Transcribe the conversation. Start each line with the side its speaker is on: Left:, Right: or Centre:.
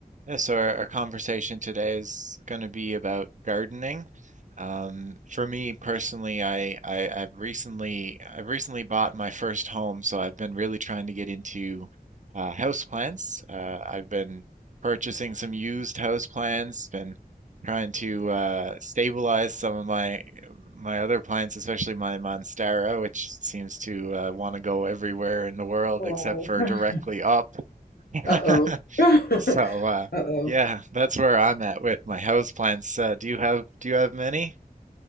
Right: Yeah, so our, our conversation today is going to be about gardening. Um, for me personally, I, I I've recently I've recently bought my first home, so I've been really trying to get into uh, houseplants. Uh, I've been purchasing some used houseplants, been trying to uh, stabilize some of my my other plants, especially my monstera, which seems to uh, want to go everywhere in the world
Left: Oh,
Right: except for
Left: <laughs>
Right: directly up. <laughs>
Left: uh-oh. <laughs>
Right: So uh
Left: Uh-oh.
Right: yeah, that's where I'm at with my houseplants. Uh, do you have do you have many?